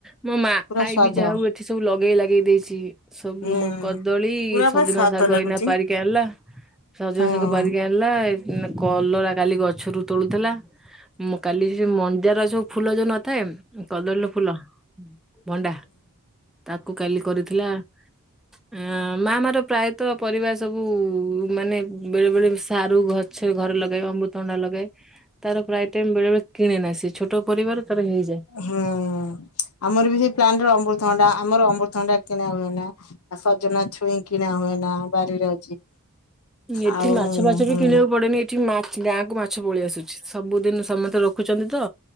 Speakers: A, in the centre; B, on the left.
A: ମୋ ମା
B: ପୁରା
A: ଆଈ
B: ସ୍ଵାଦ।
A: ବି ଯାହା ହଉ ଏଠି ସବୁ ଲଗେଇ ଲାଗେଇ ଦେଇଛି। ସବୁ
B: ହୁଁ
A: ମୁଁ କଦଳୀ,
B: ପୁରା
A: ସଜନା
B: ବା ସ୍ଵାଦ
A: ଶାଗ
B: ଲାଗୁଛି।
A: ଏଇନା ପାରି। କି ଆଣିଲା ସଜନା
B: ହୁଁ।
A: ଶାଗ ପାରିକି ଆଣିଲା ଏଇ। ଉଁ କଲରା କାଲି ଗଛରୁ ତୋଳୁଥିଲା ଉମ କାଲି ସେ ମନ୍ଦାର ସବୁ ଫୁଲ ଯଉ ନ ଥାଏ ଉଁ କଦଳୀ ର ଫୁଲ, ଭଣ୍ଡା ତାକୁ କାଲି କରିଥିଲା। ଅ ମା ଆମର ପ୍ରାୟତଃ ପରିବା ସବୁ ମାନେ ବେଳେ ବେଳେ ସାରୁ ଗ ଛ ଘରେ ଲଗେଇବ ଅମୃତଭଣ୍ଡା ଲଗାଏ ତାର ପ୍ରାୟ ଟାଇମ୍ ବେଳେ ବେଳେ କିଣେ ନା ସିଏ। ଛୋଟ ପରିବାର ତାର ହେଇଯାଏ।
B: ହୁଁ ଆମର ବି ସେଇ ପ୍ଲାଣ୍ଟରେ ଅମୃତଭଣ୍ଡା ଆମର ଅମୃତଭଣ୍ଡା କିଣା ହୁଏ ନା। ଆ ସଜନା ଛୁଇଁ କିଣା ହୁଏ ନା ବାରିରେ ଅଛି।
A: ଏଠି
B: ଆଉ
A: ମାଛ ଫାଛ
B: ହୁଁ
A: ବି କିଣିବାକୁ ପଡେନି ଏଠି ମାଛ ଗାଁକୁ ମାଛ ପଳେଇ ଆସୁଛି ସବୁଦିନ ସମସ୍ତେ ର ଖୁଛନ୍ତି ତ